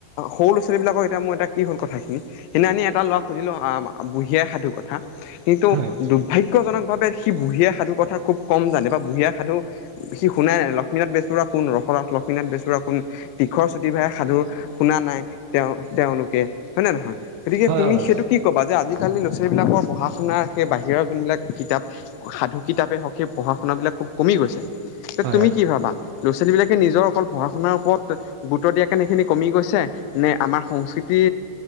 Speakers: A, on the left; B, on the right.
A: সৰু ল'ৰা ছোৱালীবিলাকৰ এতিয়া মই এটা কি হ'ল কথাখিনি সেইদিনা আমি এটা লৰা সুধিলো আ বুঢ়ী আই সাধু কথা কিন্তু
B: হয় হয় হয় হয়
A: দুৰ্ভাগ্যজনক ভাবে সি বুঢ়ী আই সাধুৰ কথা খুব কম জানে বা বুঢ়ী আই সাধু সি শুনাই নাই লক্ষ্মীনাথ বেজ বৰুৱা কোন, ৰসনাথ লক্ষ্মীনাথ বেজ বৰুৱা কোন তীখৰ চুটি ভাই সাধু শুনা নাই তেওঁ তেওঁলোকে হয় নে নহয়? গতিকে
B: হয়
A: তুমি
B: হয় হয়।
A: সেইটো কি ক'বা যে আজিকালি লৰা- ছোৱালী বিলাকৰ পঢ়া- শুনা সেই বাহিৰৰ যোনবিলাক কিতাপ সাধু কিতাপে হওক সেই পঢ়া- শুনা বিলাক ক কমি গৈছে? তুমি
B: হয়।
A: কি ভাবা লৰা -ছোৱালী বিলাকে নিজৰ অকল পঢ়া শুনাৰ ওপৰত গুৰুত্ব দিয়াৰ কাৰণে সেইখিনি কমি গৈছে নে আমাৰ সংস্কৃতি